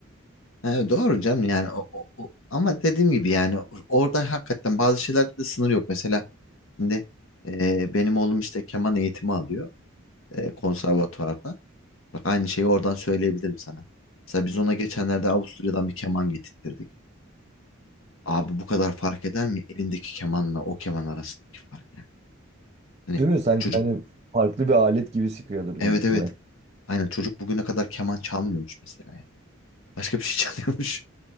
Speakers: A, on the left; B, on the right.
A: Ha, doğru canım yani o, o- o- ama dediğim gibi yani orada hakikaten bazı şeylerde de sınır yok. Mesela şimdi e, benim oğlum işte keman eğitimi alıyor e, konservatuvarda. Bak aynı şeyi oradan söyleyebilirim sana. Mesela biz ona geçenlerde Avusturya'dan bir keman getirttirdik. Abi bu kadar fark eder mi elindeki kemanla o keman arasındaki fark yani. Hani
B: Değil mi? Sanki
A: çocuk
B: hani farklı bir alet gibi sıkıyordur
A: evet
B: büyük ihtimal.
A: evet aynen çocuk bugüne kadar keman çalmıyormuş mesela yani. Başka bir şey <laughs> çalıyormuş.